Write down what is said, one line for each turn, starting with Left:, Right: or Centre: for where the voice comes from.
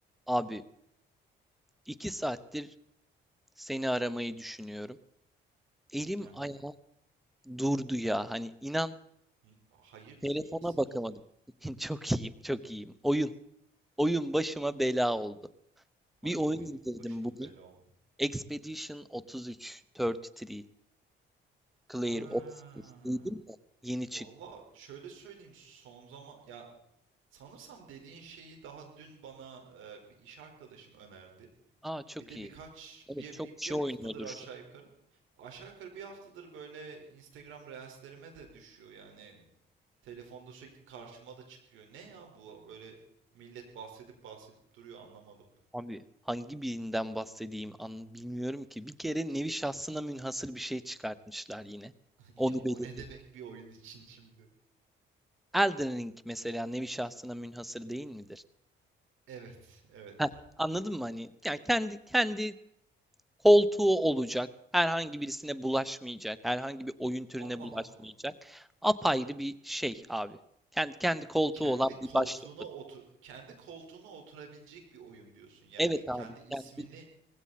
Centre: Abi iki saattir seni aramayı düşünüyorum. Elim
Right: Aha.
Centre: ayağım durdu ya. Hani inan
Right: N- Hayırdır,
Centre: telefona
Right: iyi misin?
Centre: bakamadım.
Right: Ne oldu?
Centre: <laughs> Çok iyiyim, çok iyiyim. Oyun, oyun başıma bela oldu.
Right: Hangi
Centre: Bir oyun
Right: oyun
Centre: indirdim
Right: başına
Centre: bugün.
Right: bela oldu?
Centre: Expedition 33, 33, Clear
Right: Aa,
Centre: Ops. Duydun mu? Yeni
Right: valla
Centre: çıktı.
Right: şöyle söyleyeyim son zaman ya sanırsam dediğin şeyi daha dün bana e, bir iş arkadaşım önerdi.
Centre: Aa çok
Right: Bir de
Centre: iyi.
Right: birkaç
Centre: Evet
Right: bir,
Centre: çok
Right: bir,
Centre: kişi
Right: bir haftadır
Centre: oynuyordur
Right: aşağı
Centre: şu
Right: yukarı. Aşağı yukarı bir haftadır böyle Instagram Reels'lerime de düşüyor yani. Telefonda sürekli karşıma da çıkıyor. Ne ya bu böyle millet bahsedip bahsedip duruyor anlamadım.
Centre: an. Abi hangi birinden bahsedeyim an bilmiyorum ki. Bir kere nevi şahsına münhasır bir şey çıkartmışlar yine.
Right: <laughs>
Centre: Onu
Right: Ya o
Centre: belirteyim.
Right: ne demek bir oyun için şimdi?
Centre: Elden Ring mesela nevi şahsına münhasır değil midir?
Right: Evet, evet.
Centre: Heh, anladın mı hani? Yani kendi kendi koltuğu olacak. Herhangi birisine bulaşmayacak. Herhangi bir oyun türüne
Right: Allah
Centre: bulaşmayacak.
Right: Allah.
Centre: Apayrı bir şey abi. Kendi kendi koltuğu
Right: Kendi
Centre: olan
Right: koltuğuna
Centre: bir başyapıt.
Right: otu kendi koltuğuna oturabilecek bir oyun diyorsun. Yani
Centre: Evet
Right: kendi
Centre: abi,
Right: ismini
Centre: kendi